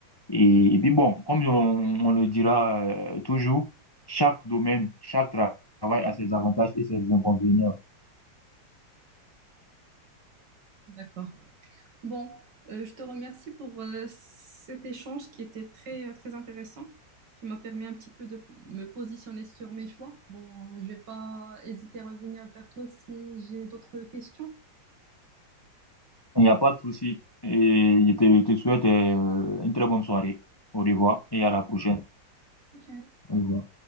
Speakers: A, on the left; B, on the right.
A: Et, et puis bon, comme on, on le dira euh, toujours, chaque domaine, chaque tra- travail a ses avantages et ses inconvénients.
B: D'accord. Bon, euh, je te remercie pour euh, cet échange qui était très, euh, très intéressant, qui m'a permis un petit peu de me positionner sur mes choix. Bon, euh, je vais pas hésiter à revenir vers toi si j'ai d'autres questions.
A: Il n'y a pas de souci. Et je te, je te souhaite euh, une très bonne soirée. Au revoir et à la prochaine.
B: Ok.
A: Au revoir.